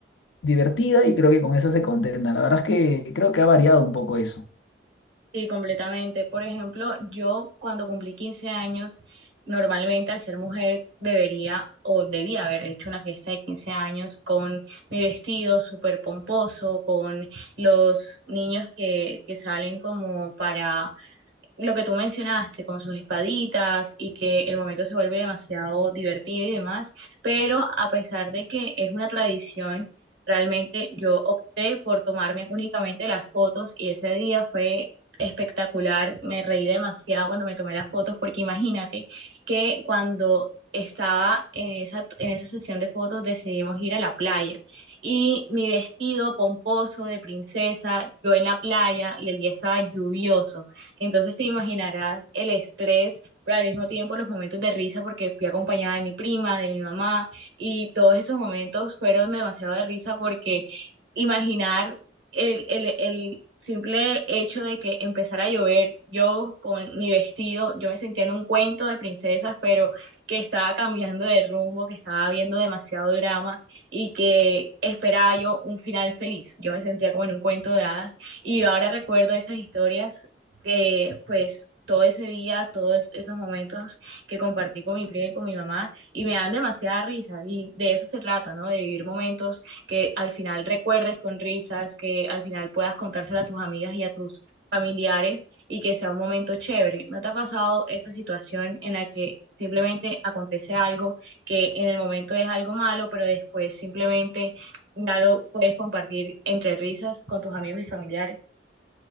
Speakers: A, on the left; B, on the right.
A: divertida y creo que con eso se contenta. La verdad es que creo que ha variado un poco eso.
B: Sí, completamente. Por ejemplo, yo cuando cumplí 15 años, normalmente al ser mujer debería o debía haber hecho una fiesta de 15 años con mi vestido súper pomposo, con los niños que, que salen como para lo que tú mencionaste con sus espaditas y que el momento se vuelve demasiado divertido y demás, pero a pesar de que es una tradición, realmente yo opté por tomarme únicamente las fotos y ese día fue espectacular, me reí demasiado cuando me tomé las fotos porque imagínate que cuando estaba en esa, en esa sesión de fotos decidimos ir a la playa y mi vestido pomposo de princesa, yo en la playa y el día estaba lluvioso. Entonces te imaginarás el estrés, pero al mismo tiempo los momentos de risa porque fui acompañada de mi prima, de mi mamá, y todos esos momentos fueron demasiado de risa porque imaginar el, el, el simple hecho de que empezara a llover, yo con mi vestido, yo me sentía en un cuento de princesas, pero que estaba cambiando de rumbo, que estaba viendo demasiado drama y que esperaba yo un final feliz. Yo me sentía como en un cuento de hadas y ahora recuerdo esas historias que pues todo ese día, todos esos momentos que compartí con mi prima y con mi mamá, y me dan demasiada risa, y de eso se trata, ¿no? De vivir momentos que al final recuerdes con risas, que al final puedas contárselo a tus amigas y a tus familiares, y que sea un momento chévere. ¿No te ha pasado esa situación en la que simplemente acontece algo que en el momento es algo malo, pero después simplemente ya lo puedes compartir entre risas con tus amigos y familiares?